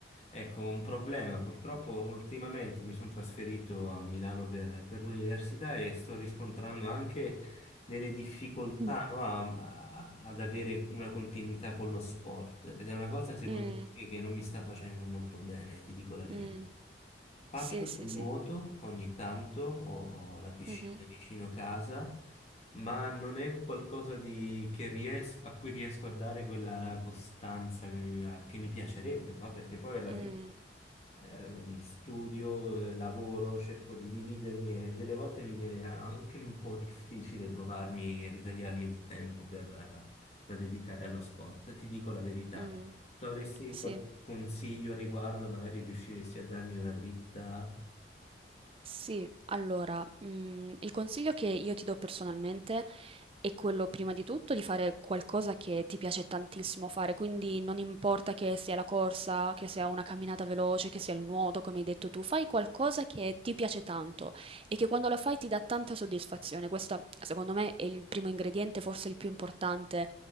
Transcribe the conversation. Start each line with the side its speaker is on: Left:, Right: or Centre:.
Left: ecco, un problema. Purtroppo ultimamente mi sono trasferito a Milano per, per l'università e sto riscontrando anche delle difficoltà,
Right: Mm.
Left: no, a- a- ad avere una continuità con lo sport ed è una cosa secondo
Right: Mm,
Left: me che non mi sta facendo molto bene, ti dico la verità.
Right: mm,
Left: Faccio
Right: sì, sì,
Left: del nuoto
Right: sì.
Left: ogni tanto, ho la piscina
Right: Mhm,
Left: vicino casa, ma non è un qualcosa di- che ries- a cui riesco a dare quella costanza che mi, che mi piacerebbe, no? Perché poi alla
Right: mm,
Left: fine ehm, studio, eh, lavoro, cerco di dividermi e delle volte mi viene anche un po' difficile trovarmi e ritagliarmi il tempo per, eh, da dedicare allo sport. Ti dico la verità.
Right: mm,
Left: Tu avresti
Right: sì.
Left: qualche consiglio a riguardo, magari riusciresti a darmi una dritta?
Right: Sì, allora, mhmm, il consiglio che io ti do personalmente è quello prima di tutto di fare qualcosa che ti piace tantissimo fare, quindi non importa che sia la corsa, che sia una camminata veloce, che sia il nuoto, come hai detto tu, fai qualcosa che ti piace tanto e che quando la fai ti dà tanta soddisfazione. Questo, secondo me, è il primo ingrediente, forse il più importante